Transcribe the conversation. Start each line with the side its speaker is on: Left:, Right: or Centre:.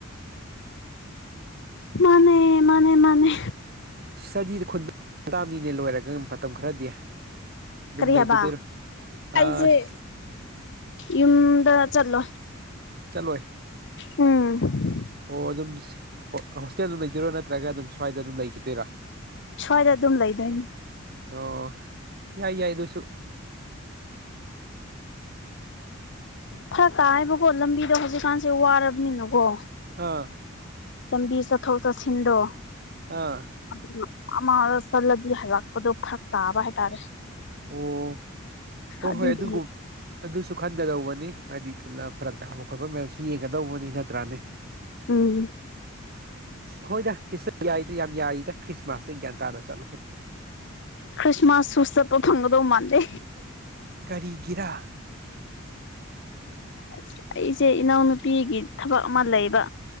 Left: ꯃꯥꯅꯦ ꯃꯥꯅꯦ ꯃꯥꯅꯦ
Right: ꯁꯇ꯭ꯗꯤꯗ ꯈꯨꯟ ꯇꯥꯝꯅꯤꯅꯦ ꯂꯣꯏꯔꯒ ꯃꯇꯝ ꯈꯔꯗꯤ ꯑꯗꯨꯝ
Left: ꯀꯔꯤ
Right: ꯂꯩꯒꯤꯗꯣꯏꯔꯣ
Left: ꯍꯥꯏꯕ
Right: ꯍꯥ
Left: ꯑꯩꯁꯦ
Right: ꯁꯤ
Left: ꯌꯨꯝꯗ ꯆꯠꯂꯣꯏ
Right: ꯆꯠꯂꯣꯏ
Left: ꯎꯝ
Right: ꯑꯣ ꯑꯗꯨꯝ ꯍꯣꯁꯇꯦꯜ ꯑꯗꯨꯝ ꯂꯩꯗꯣꯏꯔꯣ ꯅꯠꯇ꯭ꯔꯒ ꯑꯗꯨꯝ ꯁ꯭ꯋꯥꯏꯗ ꯑꯗꯨꯝ ꯂꯩꯈꯤꯗꯣꯏꯔꯥ
Left: ꯁ꯭ꯋꯥꯏꯗ ꯑꯗꯨꯝ ꯂꯩꯗꯣꯏꯅꯤ
Right: ꯑꯣ ꯌꯥꯏ ꯌꯥꯏ ꯑꯗꯨꯁꯨ
Left: ꯐꯔꯛ ꯇꯥꯏꯌꯦꯕꯀꯣ ꯂꯝꯕꯤꯗꯣ ꯍꯧꯖꯤꯛꯀꯥꯟ ꯁꯦ ꯋꯥꯔꯕꯅꯤꯅꯀꯣ
Right: ꯑꯥ
Left: ꯂꯝꯕꯤ ꯆꯠꯊꯣꯛ ꯆꯠꯁꯤꯟꯗꯣ
Right: ꯍꯥ
Left: ꯑꯗꯨꯅꯥ ꯑꯃꯥꯗ ꯆꯠꯂꯗꯤ ꯍꯜꯂꯛꯄꯗꯣ ꯐꯔꯛ ꯇꯥꯕ ꯍꯥꯏꯇꯥꯔꯦ
Right: ꯑꯣ ꯍꯣꯏ
Left: ꯑꯗꯨꯒꯤ
Right: ꯍꯣꯏ ꯑꯗꯨꯒꯨꯝ ꯑꯗꯨꯁꯨ ꯈꯟꯒꯗꯧꯕꯅꯤ ꯍꯥꯏꯗꯤ ꯐꯔꯛ ꯇꯥꯕ ꯈꯣꯠꯄ ꯃꯌꯥꯝꯁꯨ ꯌꯦꯡꯒꯗꯧꯕꯅꯤ ꯅꯠꯇ꯭ꯔꯥꯅꯦ
Left: ꯎꯝ
Right: ꯍꯣꯏꯗꯥ ꯍꯤ ꯁ ꯌꯥꯏꯗ ꯌꯥꯝ ꯌꯥꯏꯗ ꯈ꯭ꯔꯤꯃꯥꯁꯇ ꯒ꯭ꯌꯥꯟ ꯇꯥꯅ ꯆꯠꯂꯣ
Left: ꯈ꯭ꯔꯤꯁꯃꯥꯁꯁꯨ ꯆꯠꯄ ꯐꯪꯒꯗꯣ ꯃꯥꯥꯟꯗꯦ
Right: ꯀꯔꯤꯒꯤꯔꯥ
Left: ꯑꯁ ꯑꯩꯁꯦ ꯏꯅꯥꯎꯅꯨꯄꯤꯒꯤ ꯊꯕꯛ ꯑꯃ ꯂꯩꯕ